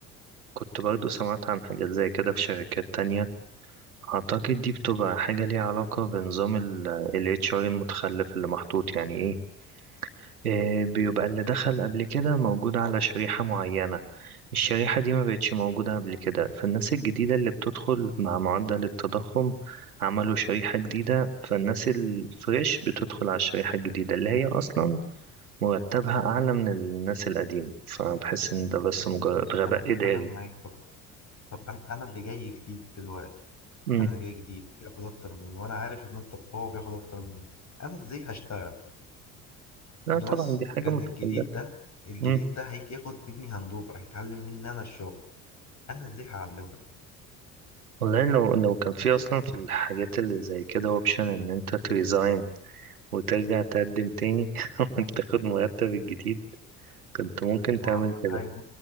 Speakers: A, on the right; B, on the left.
A: كنت برضو سمعت عن حاجات زي كده في شركات تانية أعتقد دي بتبقى حاجة ليها علاقة بنظام ال ال HR المتخلف اللي محطوط يعني إيه، إيه، بيبقى اللي دخل قبل كده موجود على شريحة معينة الشريحة دي ما بقتش موجودة قبل كده فالناس الجديدة اللي بتدخل مع معدل التضخم عملوا شريحة جديدة فالناس الفريش بتدخل على الشريحة الجديدة اللي هي أصلا مرتبها أعلى من الناس القديمة فبحس إن ده بس مجرد
B: ماشي
A: غباء
B: انا
A: إداري
B: انا معاك طبعا طب انا انا اللي جاي جديد دلوقتي
A: مم.
B: انا اللي جاي جديد بياخد اكتر مني وانا عارف ان انت هو بياخد اكتر مني انا ازاي هشتغل
A: لا
B: بلس
A: طبعا دي حاجة
B: ان
A: متخلفة
B: الجديد ده الجديد
A: مم.
B: ده هيجي ياخد مني هاندوفر هيتعلم مني انا الشغل انا ازاي هعلمه
A: والله لو لو كان في أصلا في الحاجات اللي زي كده أوبشن إن أنت تريزاين وترجع تقدم تاني <laughs> وتاخد مرتب الجديد كنت ممكن تعمل
B: ما
A: كده
B: أيوة،